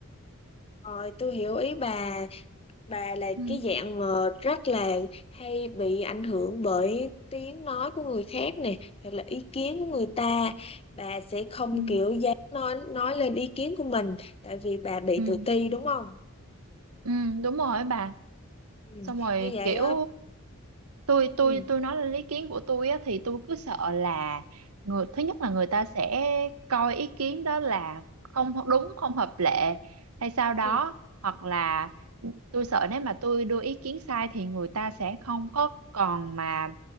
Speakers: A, on the left (about 25°); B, on the right (about 85°).
A: rồi tôi hiểu ý bà Bà là
B: ừ
A: cái dạng mà rất là hay bị ảnh hưởng bởi tiếng nói của người khác nè hoặc là ý kiến của
B: Ừ.
A: người ta bà sẽ không
B: ừ
A: kiểu dám nói nói lên ý kiến của mình tại vì bà bị
B: ừ
A: tự ti đúng không
B: ừ, đúng rồi bà
A: ừ.
B: xong rồi
A: như vậy
B: kiểu
A: á
B: tôi
A: ừ.
B: tôi tôi nói lên ý kiến của tôi á, thì tôi cứ sợ là người thứ nhất là người ta sẽ coi ý kiến đó là không đúng không hợp lệ hay sao đó
A: Ừ.
B: hoặc là ừ, tôi sợ nếu mà tôi đưa ý kiến sai thì người ta sẽ không có còn mà